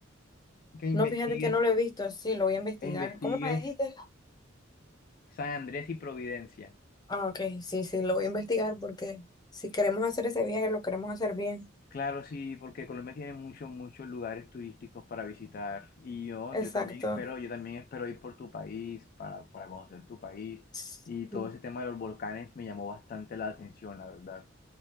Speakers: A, on the left; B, on the left.
A: que investigues,
B: no, fíjate que no lo he visto, sí, lo voy a investigar.
A: e investigues
B: ¿Cómo me dijiste?
A: San Andrés y Providencia.
B: Ah, ok, sí, sí, lo voy a investigar porque si queremos hacer ese viaje, lo queremos hacer bien.
A: Claro, sí, porque Colombia tiene muchos, muchos lugares turísticos para visitar. Y yo,
B: Exacto.
A: yo también espero, yo también espero ir por tu país, para, para conocer tu país.
B: Sí,
A: Y todo
B: sí,
A: ese tema de los volcanes me llamó bastante la atención, la verdad.